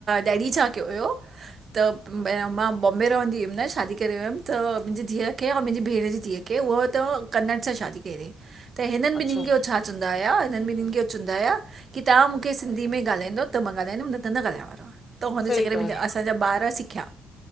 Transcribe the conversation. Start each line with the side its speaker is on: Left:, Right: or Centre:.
Right: डैडी छा कयो हुयो त मां बॉम्बे रहंदी हमि न, शादी करे वियमि त, मुंहिंजी धीअ खे और मुंहिंजी भेण जी धीअ खे के ऊअ त कन्नड़ सां शादी कई तईं। त हिननि
Left: अच्छा
Right: ॿिननि खे हो छा चवंदा हुया। हिननि ॿिननि खे हो चवंदा हुया की तां मूं मुखे सिंधी में ॻाल्हाईंदो त मां ॻाल्हाईंदमि न त न ॻाल्हाइण वारो आं, त हुनजे
Left: सही ॻाल्हि
Right: करे मुंहिंजा
Left: आहे।
Right: असांजा ॿार सिखिया।